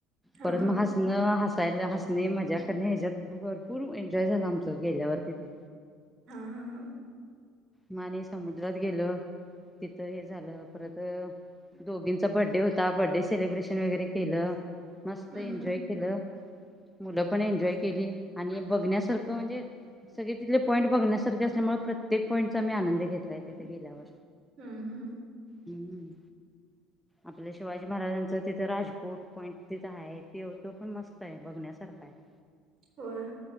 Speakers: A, on the right (about 45°); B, in the centre.
A: हा
B: परत म
A: हा
B: हास णं हसायला हसणे मजा करणे ह्याच्यात भरपूर एन्जॉय झाला आमचं गेल्यावर तिथे.
A: हां हां हां!
B: म आणि समुद्रात गेलो तिथं हे झालं परत दोघींचा बड्डे होता बड्डे सेलिब्रेशन वगैरे केलं, मस्त
A: हम्म
B: एन्जॉय
A: हम्म
B: केलं, मुलं पण एन्जॉय केली आणि बघण्यासारखं म्हणजे सगळे तिथले पॉईंट बघण्यासारखे असल्यामुळे प्रत्येक पॉईंटचा आम्ही आनंद घेतलाय तिथं गेल्यावर.
A: हम्म हम्म!
B: हम्म! आपल्या शिवाजी महाराजांचं तिथं राजकोट पॉईंट तिथं आहे ते त्यो पण मस्त आहे बघण्यासारखा आहे. <inaudible>
A: होय,